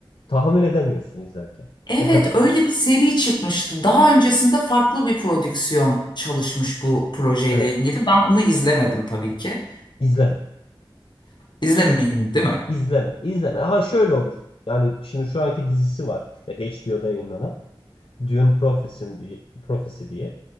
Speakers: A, on the left (about 70°); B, on the left (about 55°).
A: Tahammül edemiyorsun izlerken.
B: Evet,
A: O kadar
B: öyle
A: kötü.
B: bir seri çıkmıştı. Daha öncesinde farklı bir prodüksiyon çalışmış bu projeyle
A: Evet.
B: ilgili. Ben onu izlemedim tabii ki.
A: İzleme.
B: İzlemeyeyim, değil mi?
A: İzleme. İzleme. Ha şöyle olur. Yani şimdi şu anki dizisi var. e, HBO'da yayınlanan. Dune Prophecy diye, Prophecy diye.